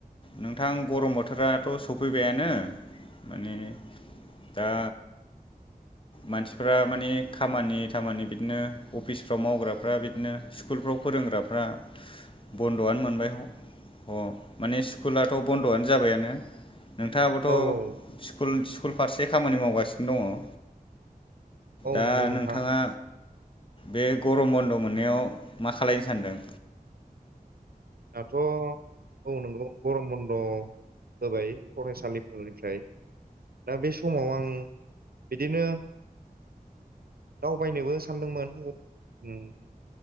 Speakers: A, on the left (about 35°); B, on the right (about 80°).
A: नोंथां गरम बोथोराथ' सफैबायानो माने दा मानसिफ्रा माने खामानि दामानि बिदिनो अफिसफ्राव मावग्राफ्रा बिदिनो स्कुलफ्राव फोरों ग्राफ्रा बन्द'आनो मोनबाय ह-ह माने स्कुलाथ' बन्द'आनो जाबायानो नोंथाङाबोथ'
B: औ औ
A: स्कुल स्कुल फारसे खामानि मावगासिनो दङ
B: औ
A: दा
B: नंगौ नोंथां
A: नोंथाङा बे गरम बन्द' मोननायाव मा खालायनो सानदों
B: दाथ' औ नंगौ गरम बन्द' होबाय फरायसालिफोरनिफ्राय दा बे समाव आं बिदिनो दावबायनोबो सानदोंमोन ओम